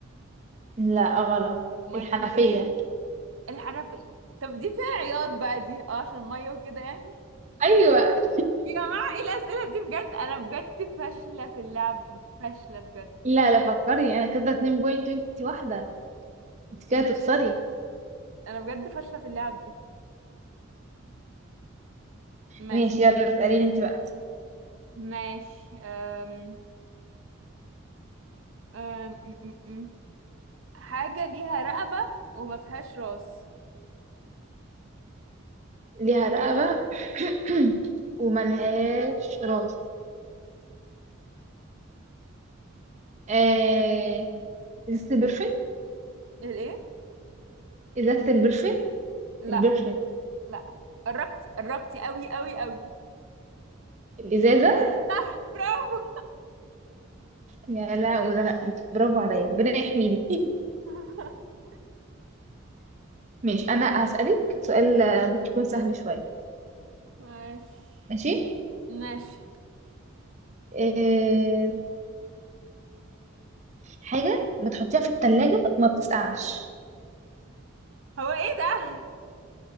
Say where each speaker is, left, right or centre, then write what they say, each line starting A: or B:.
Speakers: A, on the right; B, on the right.
A: لا غلط
B: مايكرويف
A: الحنفية
B: الحنفية طب دي فيها عياط بقى دي اه عشان مية وكده يعني
A: أيوة
B: يا جماعة ايه الأسئلة دي بجد أنا بجد فاشلة في اللعب دي فاشلة بجد
A: لا لا فكري أنا كده اتنين بوينت وانت واحدة انت
B: أنا
A: كده تخسري
B: أنا بجد فاشلة في اللعب دي ماشي
A: ماشي يلا اسأليني انت بقى
B: ماشي أم أم أم أم أم. حاجة ليها رقبة وما فيهاش راس
A: ليها رقبة <clears throat> <coughs> وملهاش راس آه... إزازة البرفين
B: الايه
A: إزازة البرفين
B: لا
A: البرفين
B: لا قربتي قربتي قوي قوي قوي
A: الإزازة
B: صح برافو
A: يا لا وده أنا- برافو عليا ربنا يحميني
B: <laughs>
A: ماشي انا هسألك سؤال آه، ممكن يكون سهل شوية
B: ماشي
A: ماشي
B: ماشي
A: إيه... حاجة بتحطيها في التلاجة وما بتسقعش
B: هو ايه ده